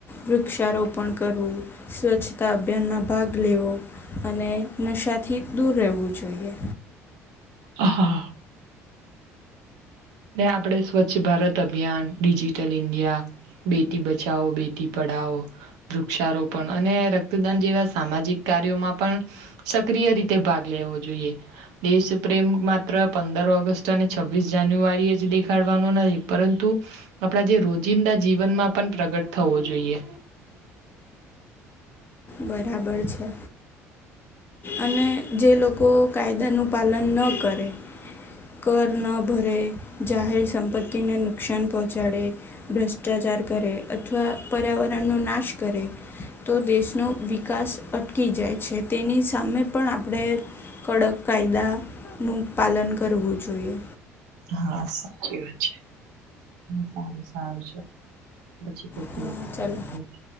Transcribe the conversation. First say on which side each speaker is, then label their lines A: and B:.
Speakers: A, on the left; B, on the right.
A: વૃક્ષારોપણ કરવું સ્વચ્છતા અભિયાનમાં ભાગ લેવો અને નશાથી દૂર રહેવું જોઈએ
B: આ હા ને આપણે સ્વચ્છ ભારત અભિયાન ડિજિટલ ઇન્ડિયા બેટી બચાઓ બેટી પઢાઓ વૃક્ષારોપણ અને રક્તદાન જેવા સામાજિક કાર્યોમાં પણ સક્રિય રીતે ભાગ લેવો જોઈએ દેશ પ્રેમ માત્ર પંદર ઓગસ્ટ અને છવ્વીસ જાન્યુઆરી દેખાડવાનો નહી પરંતુ આપણા જે રોજિંદા જીવનમાં પણ પ્રગટ થવો જોઈએ
A: બરાબર છે અને જે લોકો કાયદાનું પાલન ન કરે કર ન ભરે જાહેર સંપત્તિને નુકસાન પહોંચાડે ભ્રષ્ટાચાર કરે અથવા પર્યાવરણનો નાશ કરે તો દેશનો વિકાસ અટકી જાય છે તેની સામે પણ આપણે કડક કાયદાનું પાલન કરવું જોઈએ
B: હા સાચી વાત છે સારું સારું છે પછી
A: હા,
B: શ વા
A: ચાલો
B: <inaudible>